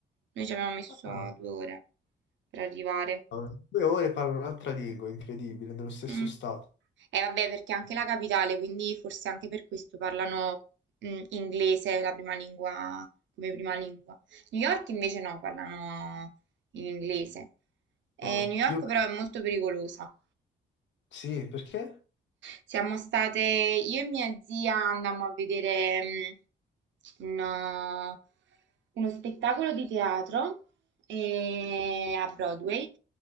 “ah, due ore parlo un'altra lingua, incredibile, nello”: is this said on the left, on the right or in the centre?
Left